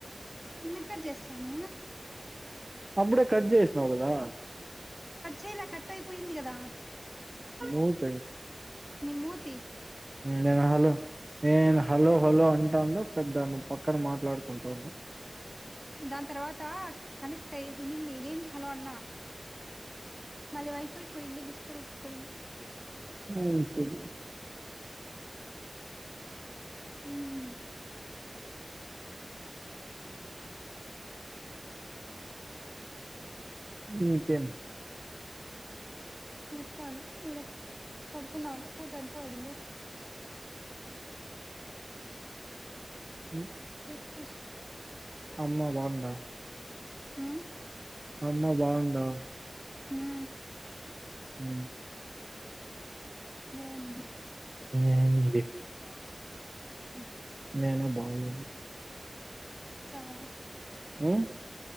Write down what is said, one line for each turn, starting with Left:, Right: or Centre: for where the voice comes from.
Centre: ఎందుకు కట్ చేస్తా <unintelligible>
Right: అప్పుడే కట్ చేసినావు కదా
Centre: కచేలా కట్టయిపోయింది కదా
Right: ఊత
Centre: నిమ్మూతి
Right: నేను హలో నేను హలో హలో అంటాండా పెద్దా నువ్ పక్కన మాట్లాడు కుంటాన్నావ్
Centre: దాన్ తర్వాత కనెక్ట్ అయ్ ఉన్నింది నేన్ హలో అన్న మళ్ళీ వైఫై పోయింది డిస్కనెక్ట్ పోయింది
Right: ఉమ్ చెప్
Centre: ఉమ్
Right: ఇంకేం
Centre: ఏప్పాలి ఇడ పడుకుందామంటే పూత అంతా పడింది
Right: హ
Centre: సక్క
Right: అమ్మా బాగున్దా
Centre: ఉమ్
Right: అమ్మ బాగుందా
Centre: ఉమ్
Right: హ
Centre: బావుంది
Right: ఇంగే మండి
Centre: అ
Right: నేనే బాగలేను
Centre: చాల్
Right: ఉమ్